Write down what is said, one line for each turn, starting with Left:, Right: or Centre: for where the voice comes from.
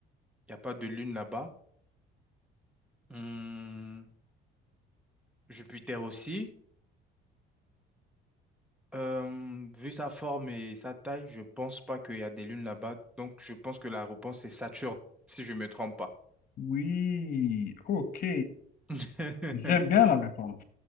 Centre: il n'y a pas de lune là-bas. Hum, Jupiter aussi. Euh, vu sa forme et sa taille, je pense pas qu'il y a des lunes là-bas. Donc, je pense que la réponse, c'est Saturne, si je me trompe pas.
Left: Oui, ok.
Centre: <laughs>
Left: J'aime bien la réponse.